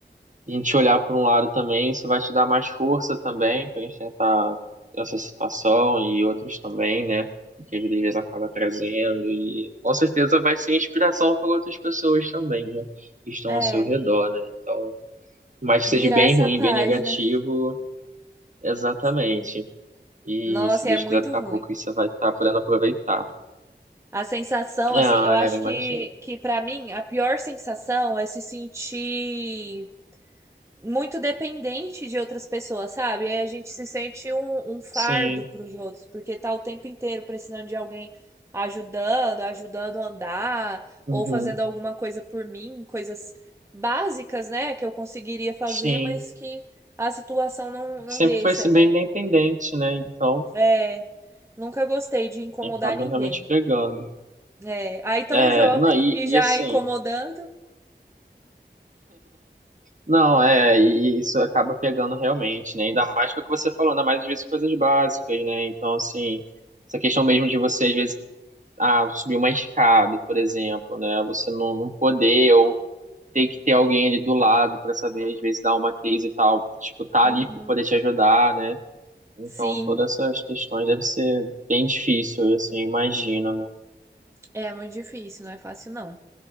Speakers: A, on the right (about 45°); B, on the right (about 15°).
A: a gente olhar por um lado também, isso vai te dar mais força também pra gente tentar essa situação e outros também, né? Que às vezes acaba trazendo, e com certeza vai ser inspiração para outras pessoas também, né? Que estão
B: é.
A: ao seu redor, né? Então, mais
B: Virar
A: que seja bem
B: essa
A: ruim,
B: página.
A: bem negativo, exatamente.
B: Sim.
A: E
B: Nossa,
A: se Deus
B: é muito
A: quiser, daqui
B: ruim.
A: a pouco isso vai estar podendo aproveitar.
B: A sensação,
A: É,
B: assim, eu acho
A: é, eu imagino.
B: que, que para mim, a pior sensação é se sentir muito dependente de outras pessoas, sabe? Aí a gente se sente um, um fardo
A: Sim,
B: para os outros, porque tá o tempo inteiro precisando de alguém ajudando, ajudando a andar,
A: uhum,
B: ou fazendo alguma coisa por mim, coisas básicas, né, que eu conseguiria fazer,
A: sim.
B: mas que a situação não, não
A: Sempre
B: deixa,
A: foi assim,
B: né?
A: bem independente, né? Então,
B: É, nunca gostei de incomodar
A: acaba
B: ninguém.
A: realmente pegando.
B: É, aí tão
A: É,
B: jovem
A: não, e,
B: e
A: e
B: já
A: assim,
B: incomodando,
A: não, é, e isso acaba pegando realmente, né? Ainda mais que o que você falou, ainda mais às vezes coisas básicas, né? Então, assim, essa questão mesmo de você, às vezes, ah, subir uma escada, por exemplo, né? Você não, não poder, ou ter que ter alguém ali do lado para saber, às vezes, dar uma crise e tal, tipo, tá
B: Uhum.
A: ali para poder te ajudar, né? Então,
B: Sim,
A: todas essas questões deve ser bem difícil, assim, eu assim, imagino, né?
B: é muito difícil, não é fácil não.